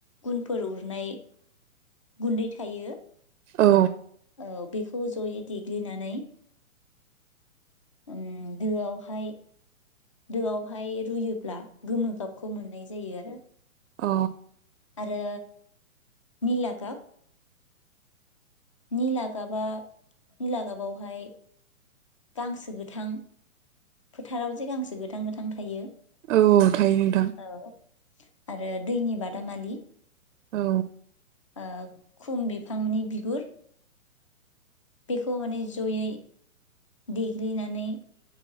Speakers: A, on the left; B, on the right.
A: गुनफोर अर नाय गुन्दै थायो।
B: औ
A: औ बेखौ जयै देग्लिनानै उम दोआव हाय दोआव हाय रुयो। होब्ला गोमो गाबखौ मोननाय जायो आरो।
B: अ
A: आरो निला गाब। निला गाबा निला गाबावहाय गांसो गोथां फोथाराव जे गांसो गोथां गोथां थायो।
B: औ थायो नोंथां।
A: औ आरो दैनि बादामालि।
B: औ
A: ओ खुम बिफांनि बिगुर। बेखौ माने जयै देग्लिनानै